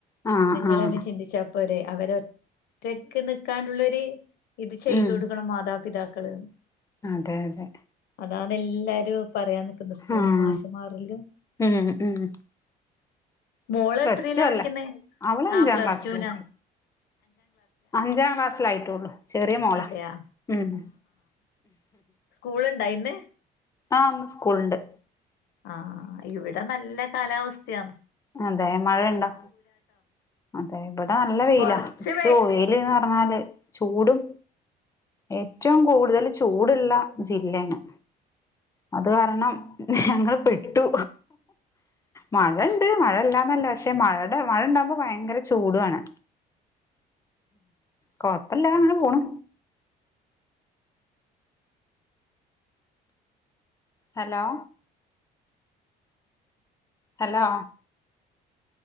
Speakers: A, on the left (about 20°); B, on the left (about 75°).
A: ആഹ്
B: നിങ്ങൾെന്നെ,
A: ആഹ്
B: ചിന്തിച്ച പോരെ, അവരൊറ്റക്ക്, നൽക്കാനുള്ളരു, ഇത്, ചെയ്തു,
A: ഉം
B: കൊടുക്കണം, മാതാപിതാക്ക ക്കള്ന്ന്
A: അതെ, അതെ.
B: അതാന്ന്, എല്ലാരും, പറയാൻ, നിക്കുന്നു, സ്കൂൾന്,
A: ആഹ്
B: മാശ് മാറിലും.
A: ഉം ഉം
B: മോള്,
A: പ്ലസ്
B: എത്രല്ല,
A: ടു
B: പഠിക്കുന്നെ?,
A: അല്ലേ അവള് അഞ്ചാം
B: ആ, പ്ലസ്
A: ക്ലാസ്സില
B: ടുനാ.
A: വെച്ച് അഞ്ചാം, ക്ലാസ്സിലായിട്ടുള്ളൂ, ചെറിയ, മോള,
B: അതെയാ
A: ഉം ഉം.
B: സ്കൂള്, ഇണ്ട ഇന്ന്?
A: ആ, ഇന്ന്, സ്കൂളിണ്ട്.
B: ആ, ആ, ഇവിടെ, നല്ല, കാലാവസ്ഥയാന്ന്.
A: അതെ, മഴ, ഇണ്ടോ? അതെ, ഇവിടെ, നല്ല വേയിലാ,
B: കൊറച്ച് വെ
A: യ്യോ വെൽ അതെ, ചൂടും ഏറ്റവും, കൂടുതൽ, ചൂടുള്ള, ജില്ലയിണ്. അത്, കാരണം, ഞങ്ങൾ, പെട്ടു, മകൾ ത്, മഴ ഇല്ലാന്നല്ല, പക്ഷെ, മഴയുടെ മഴ, ഇണ്ടാവകുമ്പോ, ഭയങ്കര, ചൂടുവാണ്. കൊഴപ്പല്ല, അങ്ങനെ, പോണു. ഹലോ. ഹലോ.